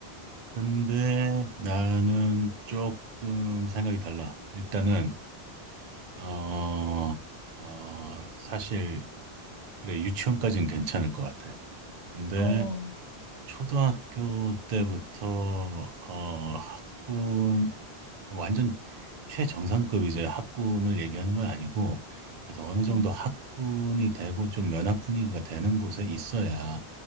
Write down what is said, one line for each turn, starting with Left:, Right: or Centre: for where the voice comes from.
Right: 근데 나는 조금 생각이 달라. 일단은 어, 어, 사실 그래 유치원까지는 괜찮을 것 같아. 근데
Left: 어, 어,
Right: 초등학교 때부터 어, 학군 완전 최정상급 이제 학군을 얘기하는 건 아니고 그래도 어느 정도
Left: 음,
Right: 학군이 되고 좀 연합 분위기가 되는 곳에 있어야